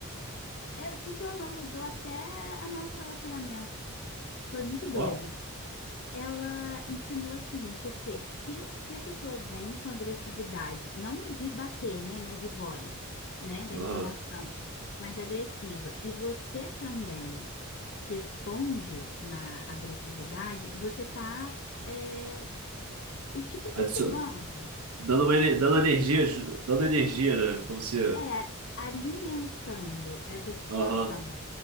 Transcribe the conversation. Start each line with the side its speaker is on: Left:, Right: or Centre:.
Left: É, funcionou, mudou até o nosso relacionamento. Foi muito doido.
Right: Ó.
Left: Ela ensinou assim, porque se, se a pessoa vem com agressividade, não de bater, né, mas de voz, né, da
Right: Aham.
Left: entonação, mais agressiva, e você também responde na agressividade, você tá, é, e tipo incentivando,
Right: Adiciono. Dando uma, ener- dando energia, ju- dando energia, né? Como se.
Left: é, alimentando essa situação.
Right: Aham,